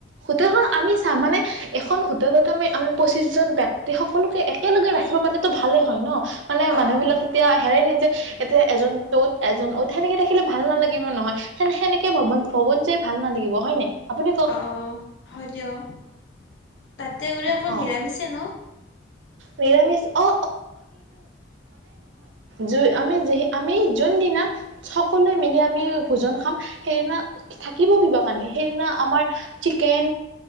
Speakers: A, on the right; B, on the left.
A: হোটেলখন আমি চাম মানে এখন হোটেলত আমি আমাৰ পঁচিছজন বে, তাতে সকলোকে একেলগে ৰাখি, ৰাখিব পাৰলেটো ভালে হয় ন' মানে
B: অ
A: মানুহ
B: অ
A: বিলাক তেতিয়া হেৰাই ন, এতিয়া এজন ত'ত এজন অত সেনেকে থাকিলে ভাল নালাগিব নহয় সে -সেনেকে ভৱন -ভৱন যায় ভাল নালাগিব হয়নে? আপুনি ক'ক?
B: অ অ অ', হয় দিয়া অ 'তাতে বোলে অকল
A: অ অ
B: নিৰামিষে ন'?
A: নিৰামিষ অ জু আমি যিহে, আমি যোনদিনা, সকলোৱে মিলি আমি ভোজন খাম সেইদিনা থাকিব কিবা কাৰণে সেইদিনা আমাৰ চিকেন